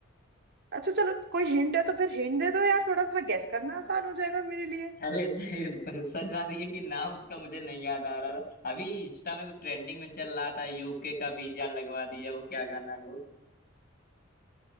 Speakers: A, on the right; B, on the left.
A: अच्छा चलो कोई हिंट है तो फिर हिंट दे दो यार थोड़ा सा गेस करना आसान हो जाएगा मेरे लिए
B: अरे नहीं, सच बात ये है कि नाम उसका मुझे नहीं याद आ रहा था अभी इंस्टा में ट्रेंडिंग में चल रहा था यूके का वीजा लगवा दिया वो क्या गाना है वो